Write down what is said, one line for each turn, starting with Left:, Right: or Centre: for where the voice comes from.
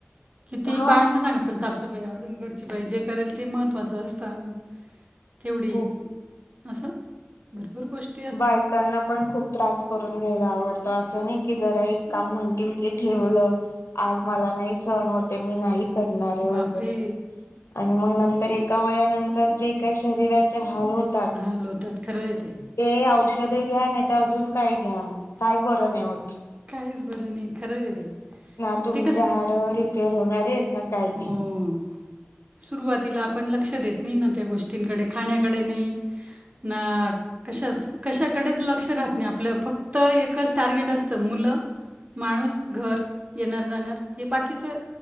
Right: कितीही
Left: हा
Right: बायांना सांगा. पण साफसफाई अजून घरचीबाई जे करेल ते महत्चं असतं, अजून तेवढी
Left: खूप
Right: असं भरपूर गोष्ट
Left: बायकांना पण खूप त्रास करून घ्यायला आवडतो असं नाही कि, जरा एक काम म्हणतील कि ठेवलं. आज मला नाही सहन होतेयं, मी नाही करणारे वगैरे.
Right: बापरे
Left: आणि मग नंतर एका वयानंतर जे काही शरीराचे हाल होतात.
Right: हाल होतात खरं आहे ते.
Left: ते औषधे घ्यान नाही त ते अजून काय घ्या, काही बरं नाही होत.
Right: काहीच बरं नाही खरंच येते
Left: ना
Right: आणि
Left: तुमचे
Right: ते
Left: हाड रिपेअर होणारेत ना काही
Right: हम्म, सुरुवातीला आपण लक्ष देत नाही ना, त्या गोष्टींकडे खाण्याकडे नाही ना कशाच कशाकडेच लक्ष राहत नाही, आपलं फक्त एकच टार्गेट असतं मुलं माणूस घर येणार जाणार हे बाकीचं